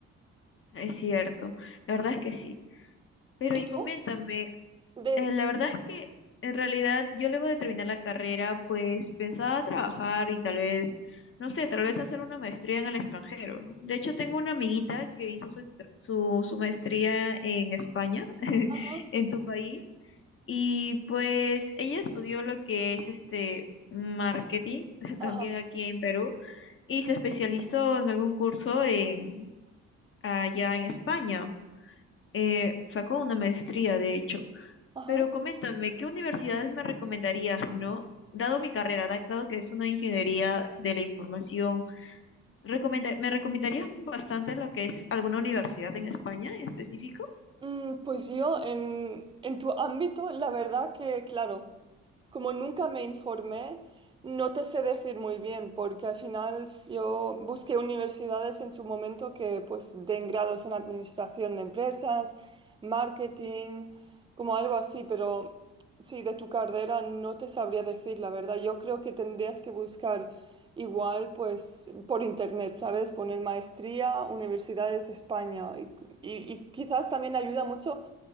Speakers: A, on the left; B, on the right.
A: es cierto. La verdad es que sí. Pero
B: ¿Y
A: y
B: tú?
A: coméntame,
B: De...
A: Eh, la verdad es que en realidad yo luego de terminar la carrera, pues pensaba trabajar y tal vez, no sé, tal vez hacer una maestría en el extranjero, ¿no? De hecho, tengo una amiguita que hizo su, estra- su, su maestría en España, <laughs>
B: Ajá,
A: en tu país, y pues ella estudió lo que es este marketing, <laughs>
B: ajá,
A: también aquí en Perú, y se especializó en algún curso en, allá en España. Eh, sacó una maestría, de hecho.
B: ajá.
A: Pero coméntame, ¿qué universidades me recomendarías, no? Dado mi carrera, da- dado que es una ingeniería de la información, recomenda- ¿me recomendarías bastante lo que es alguna universidad en España en específico?
B: Mm, pues yo en, en tu ámbito, la verdad que, claro. Como nunca me informé, no te sé decir muy bien, porque al final yo busqué universidades en su momento que pues den grados en administración de empresas, marketing, como algo así, pero sí, de tu carrera no te sabría decir la verdad. Yo creo que tendrías que buscar igual pues por internet, ¿sabes? Poner maestría, universidades España y, y y quizás también ayuda mucho